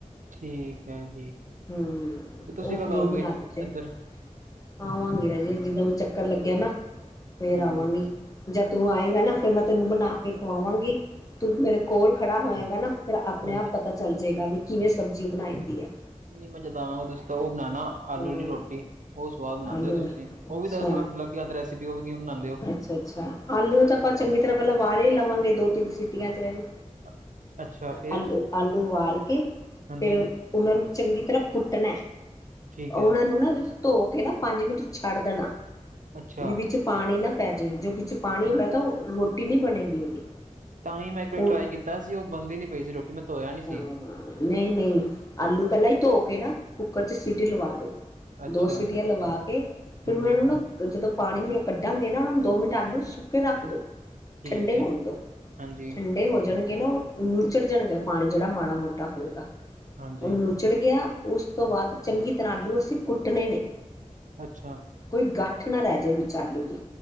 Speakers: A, on the right (about 75°); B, on the left (about 25°).
A: ਠੀਕ ਹੈ ਠੀਕ ਹੈ
B: ਹਮ
A: ਤੇ
B: <unintelligible>
A: ਤੁਸੀਂ ਕਦ ਆਓਗੇ ਇੱਧਰ
B: ਆਵਾਂਗੀ ਰਾਜੇ ਜਦੋਂ ਵੀ ਚੱਕਰ ਲੱਗਿਆ ਨਾ ਫੇਰ
A: ਹਾਂਜੀ
B: ਆਵਾਂਗੀ। ਜਾਂ ਤੂੰ ਆਏਂਗਾ ਨਾ ਫੇਰ ਮੈਂ ਤੈਨੂੰ ਬਣਾ ਕੇ ਖਵਾਵਾਂਗੀ ਤੂੰ ਮੇਰੇ ਕੋਲ ਖੜਾ ਹੋਏਂਗਾ ਨਾ, ਫੇਰ ਆਪਣੇ
A: ਹਾਂਜੀ
B: ਆਪ ਪਤਾ ਚੱਲ ਜਾਏਗਾ ਵੀ ਕਿਵੇਂ ਸਬਜ਼ੀ ਬਣਾਈ ਦੀ ਏ।
A: ਨਹੀਂ ਮੈਂ ਜਦ ਆਵਾਂਗਾ ਤੁਸੀਂ ਤਾਂ ਉਹ ਬਣਾਣਾ ਆਲੂੀ
B: ਹਾਂ
A: ਵਾਲੀ ਰੋਟੀ। ਉਹ ਸਵਾਦ ਬਨਾਂਦੇ
B: ਆਲੂ
A: ਹੋ ਤੁਸੀਂ
B: ਅੱਛਾ।
A: ਉਹ ਵੀ ਦੱਸ ਦਿਓ ਲੱਗੇ ਹਾਥ ਰੈਸਪੀ ਓਹ ਵੀ ਕਿਵੇਂ ਬਣਾਂਦੇ ਔ।
B: ਅੱਛਾ ਅੱਛਾ ਆਲੂ ਤਾਂ ਆਪਾਂ ਚੰਗੀ ਤਰ੍ਹਾਂ ਪਹਿਲਾਂ ਉਬਾਲ ਹੀ ਲਵਾਂਗੇ ਦੋ ਤਿੰਨ ਸੀਟੀਆਂ 'ਚ ਵੈਸੇ,
A: <unintelligible> ਫਿਰ
B: ਆਲੂ ਆਲੂ ਉਬਾਲ ਕੇ
A: ਹਾਂਜੀ
B: ਫੇਰ ਰ ਉਨਾਂ ਨੂੰ ਚੰਗੀ ਤਰ੍ਹਾਂ ਕੁੱਟਣਾ।
A: ਠੀਕ
B: ਉਨਾਂ
A: ਹੈ
B: ਨੂੰ ਨਾ ਧੋ ਕੇ ਨਾ ਪੰਜ ਮਿੰਟ ਛੱਡ ਦੇਣਾ
A: ਅੱਛਾ
B: ਉਹਦੇ ਵਿੱਚ, ਪਾਣੀ ਨਾ ਪੈ ਜੇ ਓਦੇ ਵਿਚ ਪਾਣੀ ਹੋਵੇ ਤਾਂ ਉਹ ਰੋਟੀ ਨਹੀਂ ਬਣੇਗੀ ਉਹਦੀ।
A: ਤਾਂ ਹੀ ਮੈਂ ਇੱਕ ਵਾਰੀ
B: ਉਹ
A: ਟਰਾਈ ਕੀਤਾ ਸੀ ਉਹ ਬਣਦੀ ਨੀ ਪਈ ਸੀ ਰੋਟੀ ਮੈਂ ਧੋਇਆ ਨਹੀਂ ਸੀ
B: ਹਾਂ ਨਹੀਂ ਨਹੀਂ ਆਲੂ ਪਹਿਲਾਂ ਈ ਧੋ ਕੇ ਨਾ ਕੁੱਕਰ ਚ ਸੀਟੀ ਲਵਾ ਲੋ।
A: ਅੱਛਾ
B: ਦੋ ਸੀਟੀਆਂ ਲਵਾ ਕੇ ਫੇਰ
A: ਹਾਂਜੀ
B: ਉਹਨਾਂ ਨੂੰ ਨਾ, ਜਦੋਂ ਪਾਣੀ ਉਹ ਕੱਢਾਂਗੇ ਨਾ ਨੂ ਦੋ ਮਿੰਟ ਆਲੂ ਸੁੱਕੇ ਰੱਖ ਦੋ।
A: ਠੀਕ
B: ਠੰਡੇ ਹੋਣ
A: ਹੈ
B: ਦੋ
A: ਹਾਂਜੀ
B: ਠੰਡੇ ਹੋ ਜਾਣਗੇ ਨਾ, ਉਹ ਨੂੰੱਚੜ ਜਾਣਗੇ ਪਾਣੀ ਜਿਹੜਾ ਮਾੜਾ ਮੋਟਾ ਹੋਏਗਾ
A: ਹਾਂਜੀ
B: ਉਹਨੂੰ ਨੂੰਚੜ ਗਿਆ ਉਸ ਤੋਂ ਬਾਅਦ ਚੰਗੀ ਤਰ੍ਹਾਂ ਆਲੂ ਅਸੀਂ ਕੁੱਟਣੇ ਨੇ।
A: ਅੱਛਾ।
B: ਕੋਈ ਗੱਠ ਨਾ ਰਹਿ ਜੇ ਵਿਚ ਆਲੂ ਦੇ